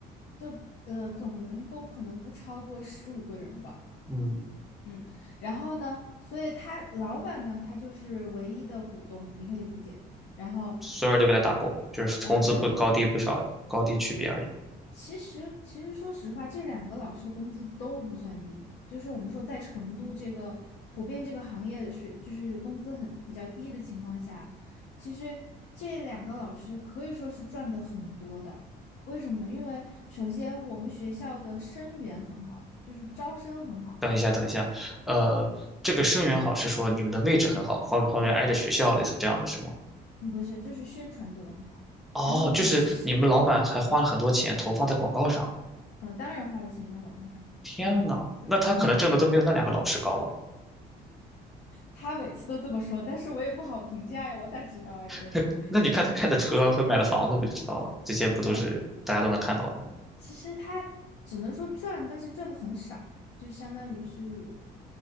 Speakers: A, on the left; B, in the centre.
A: 就呃总员工可能不超过十五个人吧，
B: 嗯，
A: 嗯，然后呢，所以他老板呢，他就是唯一的股东，你可以理解。然后
B: 所有人都给他打工，就是工资不高低不少，
A: 呃，对，
B: 高低区别而已。
A: 其实，其实说实话，这两个老师的工资都不算低。就是我们说，在成都这个普遍这个行业水，就是工资很比较低的情况下，其实这两个老师可以说是赚的很多的。为什么呢？因为首先我们学校的生源很好，就是招生很好，
B: 等一下，等一下，呃，这个生源好是说你们的位置很好，后后面挨着学校，类似这样的是吗？
A: 嗯不是，就是宣传做得很好。
B: 哦，
A: 然后是，
B: 就是你们老板还花了很多钱投放在广告上。
A: 嗯、当然花的钱在广告上，
B: 天呐，
A: 嗯
B: 那他可能挣的都没有那两个老师高了。
A: 嗯，他每次都这么说，但是我也不好评价呀，我咋知道呀，对吧？
B: 他那你看他开的车和买的房子不就知道了？这些不都是大家都能看到的？
A: <laughs> 其实他只能说赚，但是赚的很少，就相当于是